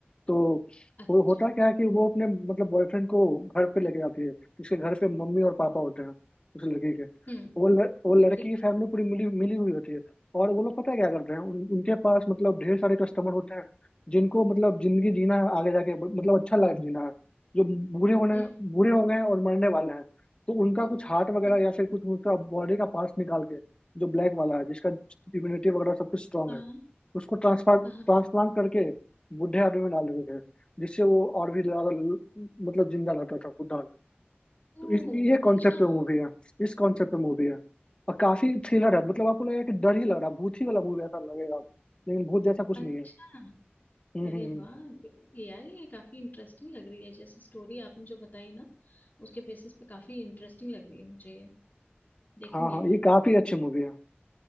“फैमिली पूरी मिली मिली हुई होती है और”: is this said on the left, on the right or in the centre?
Left